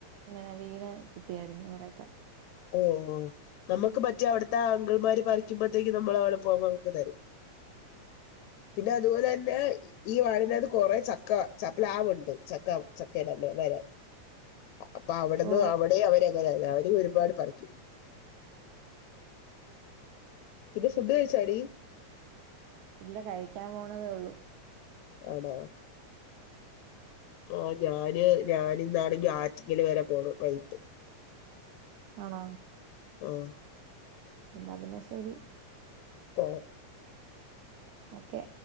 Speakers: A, on the right; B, on the left.
A: ഇങ്ങനെ വീണ് കിട്ടിയായിരുന്നു കുറെയൊക്കെ
B: ഓഹ് ഓ നമുക്ക് മറ്റേ അവിടുത്തെ ആ അങ്കിൾമാര് പറിക്കുമ്പോഴത്തേക്ക് നമ്മൾ അവടെ പോകുമ്പ നമുക്ക് തരും പിന്നെ അതുപോലെ തന്നെ ഈ വാടിനകത്ത് കുറേ ചക്ക ചപ്പല പ്ലാവുണ്ട് ചക്ക് ചക്കേട അമ്മ മരം അപ്പൊ അവിടെന്ന്
A: ഓ
B: അവിടെയും അവര്ങ്ങനെ അവര ഒരുപാട് പറിക്കും ഇത് ഫുഡ് കഴിച്ചോടി.
A: ഇല്ല കഴിക്കാൻ പോണതേ ഉള്ളൂ
B: ആണാ ആ ഞാന് ഞാനിന്നാണെങ്കി ആറ്റിങ്ങല് വരെ പോണ്. വൈകിട്ട്
A: ആണോ?
B: ആഹ
A: എന്നാ പിന്നെ ശരി
B: ഓ
A: ഓക്കെ